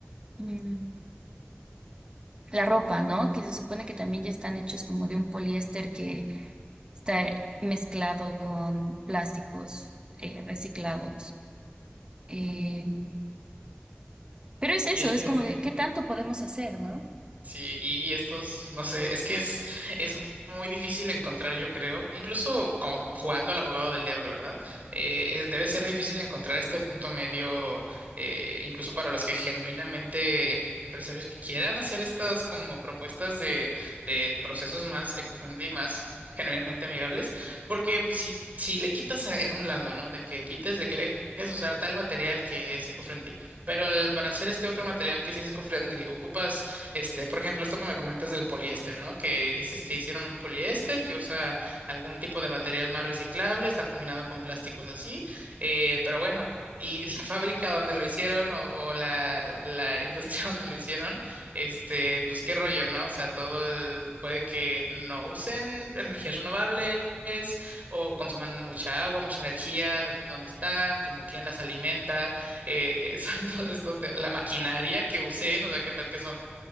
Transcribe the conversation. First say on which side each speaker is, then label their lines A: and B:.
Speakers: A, on the right (about 25°); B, on the right (about 40°).
A: Mm, la ropa, ¿no? Que se supone que también ya están hechos como de un poliéster que está mezclado con plásticos eh, reciclados. Eh, pero es eso,
B: Y este...
A: es como de qué tanto podemos hacer, ¿no?
B: Sí, y estos, no sé, es que es, es muy difícil encontrar, yo creo, incluso como jugando al abogado del diablo, ¿verdad? Eh, es- debe ser difícil encontrar este punto medio, eh, incluso para los que genuinamente em- empresarios que quieran hacer estas como propuestas de, de procesos más eco-friendly, más genuinamente amigables, porque si, si le quitas a- en un lado, ¿no? De que quites, de que dejes de usar tal material que es eco-friendly, pero el- para hacer este otro material que sí es eco-friendly, ocupas este, por ejemplo, esto que me comentas del poliéster, ¿no? Que dices que hicieron un poliéster que usa algún tipo de material más reciclable, está combinado con plásticos así, eh, pero bueno, y <laughs> la fábrica donde lo hicieron o, o la, la industria <laughs> donde lo hicieron, este, pues qué rollo, ¿no? O sea, todo el- puede que no usen energías renovables. o consuman mucha agua, mucha energía, de dónde están, como quién las alimenta, eh, <laughs> son todos estos, te- la maquinaria que usen, o sea, qué tal que son